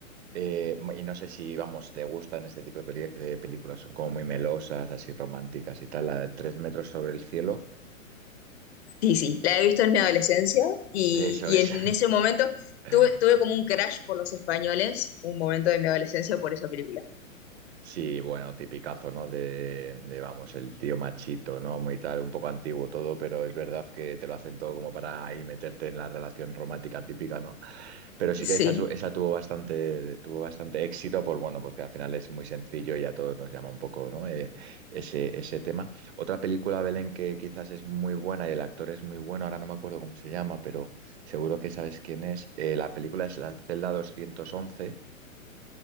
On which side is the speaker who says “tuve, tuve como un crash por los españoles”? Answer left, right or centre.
Left